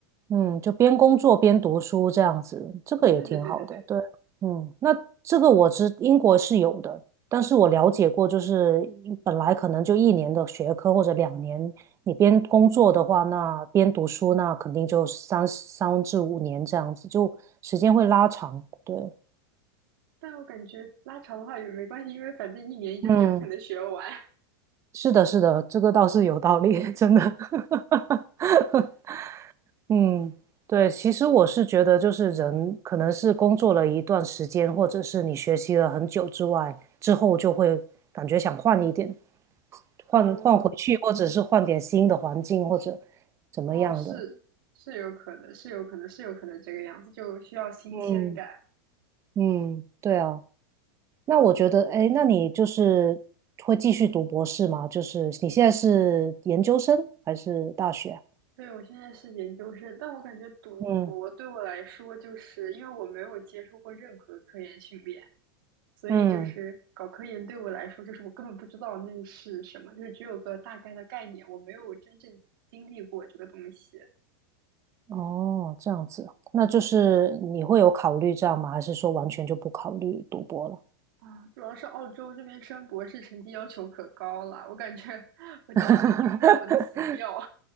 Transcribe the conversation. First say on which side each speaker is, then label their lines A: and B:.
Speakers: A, on the right; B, on the right.
A: 嗯，就边工作边读书这样子，这个也挺好的。
B: 对对对对对，
A: 对，嗯，那这个我知英国是有的，但是我了解过，就是本来可能就一年的学科或者两年，你边工作的话，那边读书，那肯定就三三至五年这样子，就时间会拉长。对，
B: 但我感觉拉长的话也没关系，因为反正一年就是也不可能学完。
A: 嗯，是的，是的，这个倒是有道理，真的。<laughs> 嗯，对，其实我是觉得，就是人可能是工作了一段时间，或者是你学习了很久之外，之后就会感觉想换一点，换换回去，
B: 嗯，
A: 或者是换点新的环境，或者怎么样的。
B: 哦，是是有可能，是有可能，是有可能这个样子，就需要新鲜感。
A: 嗯嗯，对啊。那我觉得，哎，那你就是会继续读博士吗？就是你现在是研究生还是大学啊？
B: 对，我现在是研究生，但我感觉读博对我来说，
A: 嗯
B: 就是因为我没有接受过任何科研训练，所以就是搞科研对我来说，
A: 嗯。
B: 就是我根本不知道那是什么，就是只有个大概的概念，我没有真正经历过这个东西
A: 哦，这样子，那就是你会有考虑这样吗？还是说完全就不考虑赌博了？
B: 啊。主要是澳洲这边升博士成绩要求可高了，我感觉 <laughs> 我到那个均分我能死掉。
A: <laughs>